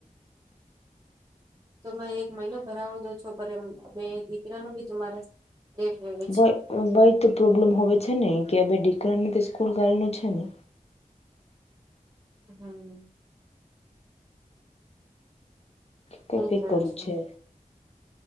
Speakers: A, on the right (about 25°); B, on the left (about 45°).
A: તો એક મહિનો ભરાવો દો છો પર એમ બે દીકરા ન ભી તું મારે <inaudible>
B: ભય તો પ્રોબ્લેમ હો છે ને કે દીકરાને તો સ્કૂલ છે ને.
A: હમ.
B: હ
A: સઈ
B: કઈ
A: કેવ
B: કરું
A: છો
B: છે.